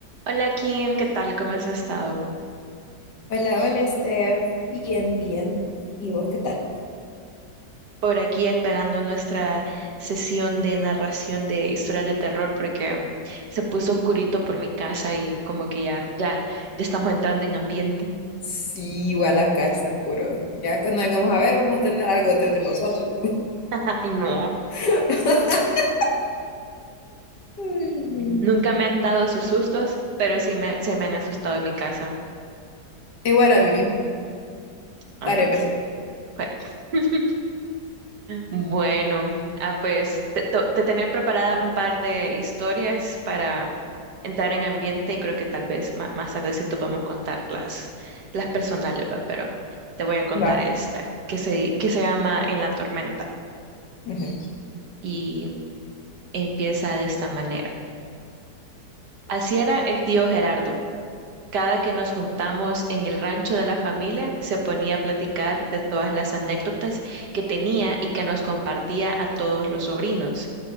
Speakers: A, on the right (about 80°); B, on the left (about 90°).
A: Hola Kim, ¿qué tal? ¿Cómo has estado?
B: Hola, hola Steph, bien, bien. ¿Y vos qué tal?
A: Por aquí esperando nuestra sesión de narración de historias de terror porque se puso oscurito por mi casa y como que ya, ya, ya estamos entrando en ambiente.
B: Sí, igual acá está oscuro. Ya cuando vengamos a ver, vamos a tener algo detrás de nosotros.
A: <laughs> Ay, no,
B: <laughs> Ay, no.
A: nunca me han dado esos sustos, pero sí me, se me han asustado en mi casa.
B: Igual a mí,
A: Ah,
B: varias
A: pues.
B: veces.
A: fue. <laughs> Bueno, ah, pues te, to- te tenía preparada un par de historias para entrar en ambiente y creo que tal vez ma- más tardecito podemos contar las, las personales, ¿va? pero te voy a contar
B: Va.
A: esta, que se, que se llama En la tormenta
B: Ujú.
A: y empieza de esta manera. Así era el tío Gerardo. Cada que nos juntamos en el rancho de la familia, se ponía a platicar de todas las anécdotas que tenía y que nos compartía a todos los sobrinos.